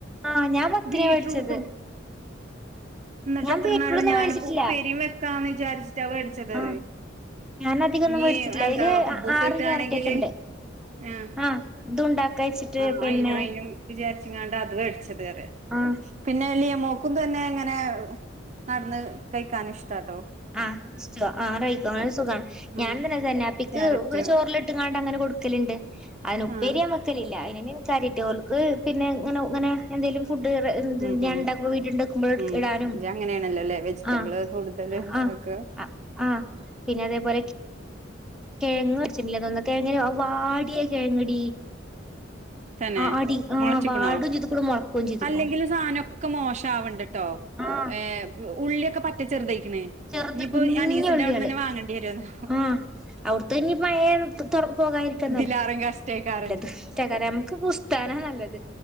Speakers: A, in the centre; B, on the right.
A: ആഹ് ഞാൻ പത്തിനാ
B: ബീറ്റ്‌റൂട്ടും
A: മേടിച്ചത്
B: ന്നട്ട്
A: ഞാൻ
B: എത്രണ്ണാള്ളത്
A: ബീറ്റ്റൂട്ടൊന്നും
B: ഞാനിപ്പോ
A: മേടിച്ചിട്ടില്ല
B: ഉപ്പേരിം വെക്കാന്ന് വിചാരിച്ചിട്ടാ വേടിച്ചത്
A: ആഹ്
B: അത്
A: ഞാൻ അധികം ഒന്നും
B: ഞ്
A: മേടിച്ചിട്ടില്ല
B: എന്താ
A: അതില്
B: കുബ്ബൂസ്
A: ആറ്
B: കിട്ടാണെങ്കില്
A: ക്യാരറ്റേറ്റ് ഉണ്ട്
B: ആഹ
A: ആഹ് ഇതുണ്ടാക്ക വെച്ചിട്ട്
B: ആ
A: പിന്നെ
B: അയിനും അയിനും വിചാരിച്ച്ങ്ങാണ്ട അത് മേടിച്ചത് പറയാ
A: ആഹ
B: പിന്നെ ലിയ മോക്കും തന്നെ ഇങ്ങനെ നടന്ന് കഴിക്കാനും ഇഷ്ടാട്ടോ
A: ആ ആഹാ യിക്ക അങ്ങനെ സുഖണേ ഞാനും
B: ആഹ്
A: തന്നെ അതന്നെ പ്പിക്ക്
B: ക്യാരറ്റ്
A: ചോറിലിട്ട്ങ്ങാണ്ട അങ്ങനെ കൊടുക്കലുണ്ട് അയിന് ഉപ്പേരിയമ്മക്ക്
B: ആഹ്
A: ലില്ല അതിന കാരിട്ട് ഓല്ക്ക്‌ പിന്നെ ഇങ്ങനെ ഇങ്ങനെ എന്തെലും ഫുഡ്
B: ഉം ഉം
A: ണ്ടാക്ക വീട്ടണ്ടക്കുമ്പോഴ
B: ഉം
A: ഇടാനും
B: ഇജ് അങ്ങനെയാണല്ലോല്ലേ വെജിറ്റബിള്
A: ആഹ
B: കൂടുതല് ഇതാക്ക
A: ആ ആ ആ പിന്നെ അതേപോലെ കിഴങ് വേടിച്ചിടില്ലെന്ന് തോന്ന കിഴങ്ങടി വാടിയ കിഴങ്ങടി
B: തന്നെ
A: ആടി ആഹ്
B: മുളച്ചിക്കണോ
A: വാടും ചെയ്തുക്കുണു മുളക്കുകയും ചെയ്തുക്കുണു
B: അല്ലെങ്കിലും സാധനൊക്കെ മോശ ആവണ്ടിട്ടോ
A: ആഹ്
B: ഏഹ ഉള്ളിയൊക്കെ പറ്റ ചെറുതക്കണേ
A: ചെറുത്
B: ഇനിയിപ്പോൊ
A: കുഞ്ഞുള്ളികള്
B: അനീസിന്റെ അവിടെ തന്നെ വാങ്ങേണ്ടി വരുന്നാ
A: ആഹ് അവിടുത്തനി പയ തുറ പോകാതിരിക്കുന്നല്-
B: എല്ലാരും കഷ്ടക്കരം
A: നല്ലത് നമുക്ക് പുസ്ത്താനാണ് നല്ലത്